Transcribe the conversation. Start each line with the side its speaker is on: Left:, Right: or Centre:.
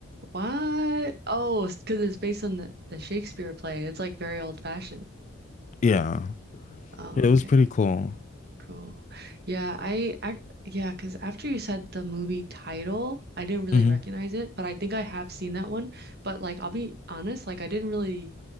Right: what? Oh, because it's based on the, the Shakespeare play. It's like very old fashioned.
Left: Yeah.
Right: Oh,
Left: It was
Right: okay,
Left: pretty cool.
Right: cool. Yeah, I, I yeah, because after you said the movie title, I didn't really
Left: hmm
Right: recognize it, but I think I have seen that one. But like, I'll be honest, like I didn't really.